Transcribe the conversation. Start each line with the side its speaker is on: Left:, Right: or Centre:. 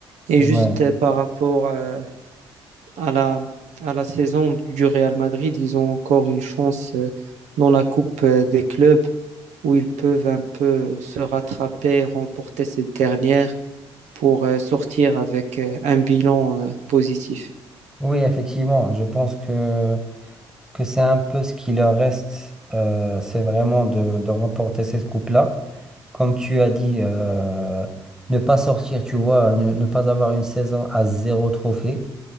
Right: Et
Centre: ouais.
Right: juste euh, par rapport euh, à la, à la saison du Real Madrid, ils ont encore une chance euh, dans la Coupe euh, des clubs où ils peuvent un peu euh, se rattraper, remporter cette dernière pour euh, sortir avec euh, un bilan euh, positif.
Centre: Oui, effectivement, je pense que. que c'est un peu ce qui leur reste, euh, c'est vraiment de, de remporter cette coupe-là. Comme tu as dit, euh, ne pas sortir, tu vois, ne, ne pas avoir une saison à zéro trophée.